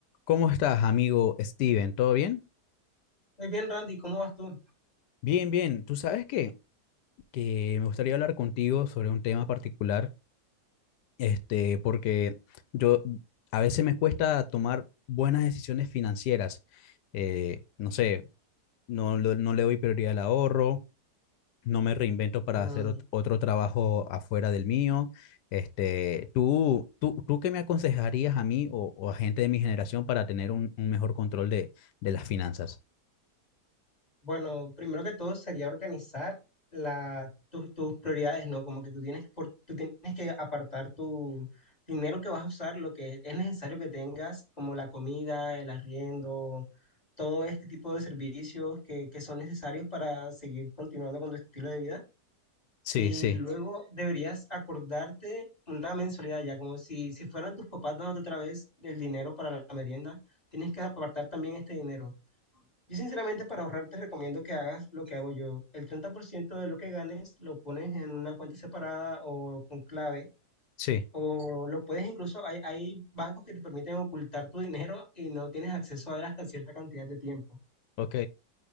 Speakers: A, on the left; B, on the left.
A: ¿Cómo estás, amigo Steven? ¿Todo bien?
B: Muy bien, Randy, ¿cómo vas tú?
A: Bien, bien. Tú sabes que, que me gustaría hablar contigo sobre un tema particular, este, porque yo a veces me cuesta tomar buenas decisiones financieras. Eh, no sé, no, lo- no le doy prioridad al ahorro, no me reinvento para
B: Mm,
A: hacer ot- otro trabajo afuera del mío. Este, ¿tú, tú, tú qué me aconsejarías a mí o, o a gente de mi generación para tener un, un mejor control de, de las finanzas?
B: bueno, primero que todo sería organizar la, tus, tus prioridades, ¿no? Como que tú tienes, por, tú tienes que apartar tu dinero que vas a usar, lo que es necesario que tengas, como la comida, el arriendo, todo este tipo de servicios que, que son necesarios para seguir continuando con tu estilo de vida.
A: Sí,
B: Y
A: sí,
B: luego deberías acordarte una mensualidad ya, como si, si fueran tus papás dándote otra vez el dinero para la merienda, tienes que apartar también este dinero. Yo sinceramente para ahorrar te recomiendo que hagas lo que hago yo. El 30% de lo que ganes lo pones en una cuenta separada o con clave.
A: sí.
B: O lo puedes incluso, hay, hay bancos que te permiten ocultar tu dinero y no tienes acceso a él hasta cierta cantidad de tiempo.
A: Ok,